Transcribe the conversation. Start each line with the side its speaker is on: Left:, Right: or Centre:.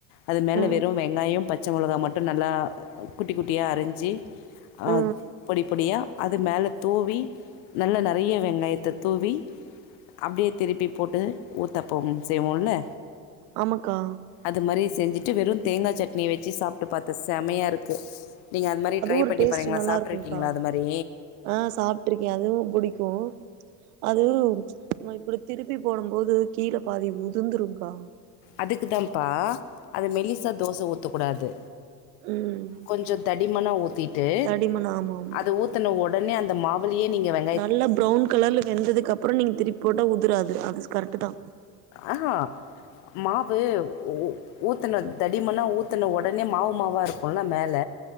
Left: அது மேல
Right: ஆ
Left: வெறும் வெங் ங்காயம் பச்ச மொளகா மட்டு நல்லா குட்டி குட்டியா அரிஞ்சி ஆஹ்
Right: ஆ
Left: பொடி பொடியா அது மேல தூவி நல்லா நெறைய வெங்காயத்த தூவி அப்டியே திருப்பி போட்டு ஊத்தாப்பம் செய்வோல
Right: ஆமாக்கா
Left: அது மாரி செஞ்சிட்டு வெறும தேங்கா சட்னிய வெச்சு சாப்ட்டு பாத்த செமையா இருக்கு நீங்க அது மாரி ட்ரை
Right: ஒரு
Left: பண்ணி
Right: டேஸ்ட்
Left: பாக்றிங்களா
Right: நல்லா
Left: சாப்ட்டுருக்கீங்ளா
Right: இருக்குங்க்கா
Left: அது மாரி
Right: ஆ சாப்ட்டுருக்கே அதுவு புடிக்கு அது நம்ம இப்டி திருப்பி போடும் போது கீழ பாதி உதுந்துரும் கா
Left: அதுக்கு தான்ப்பா அது மெலிசா தோச ஊத்தக் கூடாது
Right: ம்
Left: கொஞ்சொ தடிமனா ஊத்திட்டு
Right: தடிமன் ஆமா ஆமா
Left: அத ஊத் த்துன ஒடனே அந்த மாவுலயே நீங்க வெங்
Right: நல்லா ப்ரௌன் கலர்ல வெந்ததுக்கு அப்புறோ நீங்க திருப்பிபோட்டா உதுராது அது கரெக்ட்டுதா
Left: ஆஹா மாவு ஊ ஊத்துன தடிமனா ஊத்துன ஒடனே மாவு மாவா இருக்குல்ல மேல